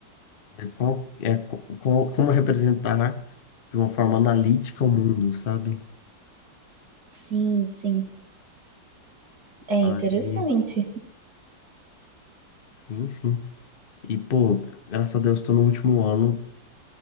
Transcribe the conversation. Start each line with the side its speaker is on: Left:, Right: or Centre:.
Left: É, qual, é co- qual- como representar de uma forma analítica o mundo, sabe?
Right: Sim, sim. É interessante
Left: Aí, sim, sim. E, pô, graças a Deus, estou no último ano,